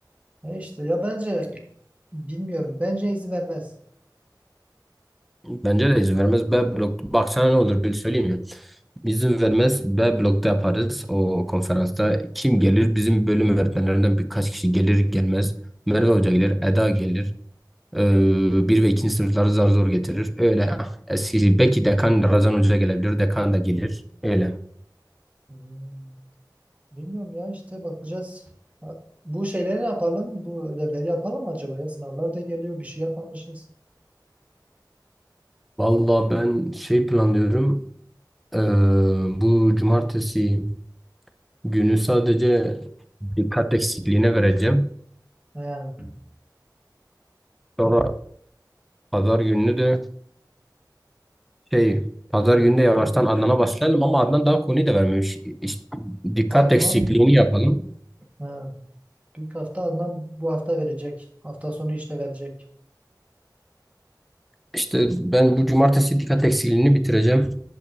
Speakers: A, on the right; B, in the centre.
A: E işte ya bence bilmiyorum. Bence izin vermez.
B: Bence de izin vermez. B blok. Bak sana ne olur bir söyleyeyim mi? İzin vermez. B blokta yaparız o konferansta. Kim gelir? Bizim bölüm öğretmenlerinden birkaç kişi gelir gelmez. Merve Hoca
A: Hmm.
B: gelir, Eda gelir. Ee, bir ve ikinci sınıfları zar zor getirir. Öyle ah, eski belki dekan Razan Hoca gelebilir. Dekan da gelir. Öyle.
A: Hmm. Bilmiyorum ya işte bakacağız. Ha, Bu şeyleri ne yapalım? Bu ödevleri yapalım mı acaba ya? Sınavlar da geliyor. Bir şey yapmamışız.
B: Vallahi ben şey planlıyorum. ee, bu cumartesi günü sadece dikkat eksikliğine vereceğim.
A: He,
B: Sonra pazar gününü de şey pazar günü de yavaştan
A: bu
B: Adnan'a başlayalım ama Adnan daha konuyu da vermemiş. İşte dikkat
A: Adnan
B: eksikliğini yapalım.
A: he, büyük hafta Adnan bu hafta verecek. Hafta sonu işte verecek.
B: İşte ben bu cumartesi dikkat eksikliğini bitireceğim.